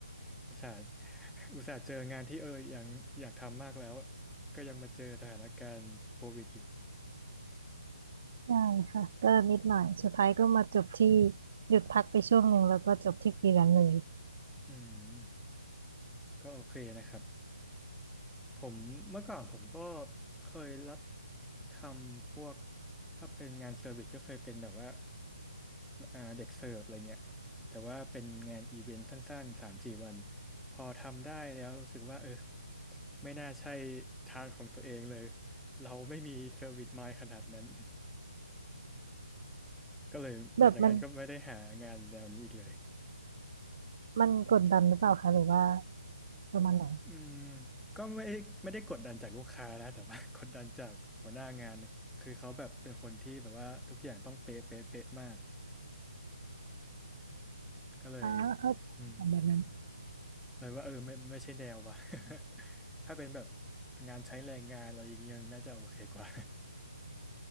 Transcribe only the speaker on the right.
ๆใช่ค่ะก็นิดหน่อยสุดท้ายก็มาจบที่หยุดพักไปช่วงหนึ่งแล้วก็จบที่ฟรีแลนซ์เลย
แบบมันมันกดดันหรือเปล่าคะหรือว่าประมาณไหน
อ่าเข้าใจแบบนั้น